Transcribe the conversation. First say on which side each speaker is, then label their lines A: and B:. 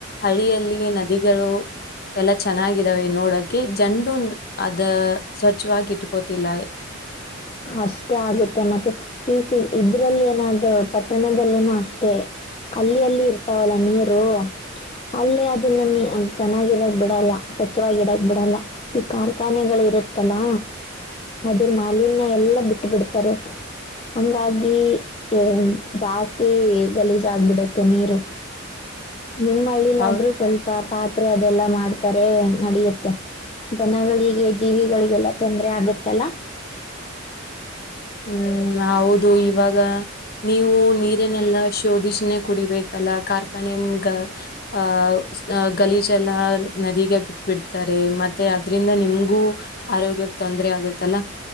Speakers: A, on the left; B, on the left.
A: ಹಳಿಯಲ್ಲಿ ಈ ನದಿಗಳು ಎಲ್ಲಾ ಚೆನ್ನಾಗಿ ಇದ್ದಾವೆ ನೋಡಕ್ಕೆ ಜನ್ರು ಅದು ಸ್ವಚ್ಛವಾಗಿ ಇಟ್ಕೋತಿಲ್ಲ.
B: ಅಷ್ಟೇ ಆಗುತ್ತೆ ಮತ್ತೆ ಈ ಇದ್ರಲ್ಲಿ ಏನಾದು ಪಟ್ಟಣದಲ್ಲಿನೂ ಅಷ್ಟೇ ಅಲ್ಲಿ ಅಲ್ಲಿ ಇರ್ತಾವಲ್ಲ ನೀರು ಅಲ್ಲಿ ಅದನ್ನ ಚೆನ್ನಾಗಿರಕ್ ಬಿಡಲ್ಲ ಸ್ವಚ್ಛವಾಗಿ ಇಡಕ್ ಬಿಡಲ್ಲ ಈ ಕಾರ್ಖಾನೆಗಳು ಇರುತ್ತಲ್ಲ ಅದ್ರು ಮಲಿನ ಎಲ್ಲ ಬಿಟ್ಟ ಬಿಡ್ತಾರೆ ಹಂಗಾಗಿ ಏ ಜಾಸ್ತಿ ಗಲೀಜ್ ಆಗ್ಬಿಡುತ್ತೆ ನೀರು. ನಿಮ್ಮ ಹಳ್ಳಿಲಾದ್ರೂ
A: ಅವ್
B: ಸ್ವಲ್ಪ ಪಾತ್ ತ್ರೆ ಅದೆಲ್ಲಾ ಮಾಡ್ತಾರೆ ನಡೆಯುತ್ತೆ ದನಗಳಿಗೆ ಜೀವಿಗಳಿಗೆಲ್ಲ ತೊಂದರೆ ಆಗುತ್ ತಲ್ಲ
A: ಹ್ಮ್ ಹೌದ್ ಅದು ಇವಾಗ ನೀವು ನೀರನ್ನೆಲ್ಲಾ ಶೋಧಿಸಿನೆ ಕುಡಿಬೇಕಲ್ಲ ಕಾರ್ಖಾನೆ ಅಹ ಗಲೀಜೆಲ್ಲ ನದಿಗೆ ಬಿಟ್ಟ ಬಿಡ್ತಾರೆ ಮತ್ತೆ ಅದ್ರಿಂದ ನಿಮ್ಗೂ ಆರೋಗ್ಯ ತೊಂದರೆ ಆಗತ್ತಲ್ಲ.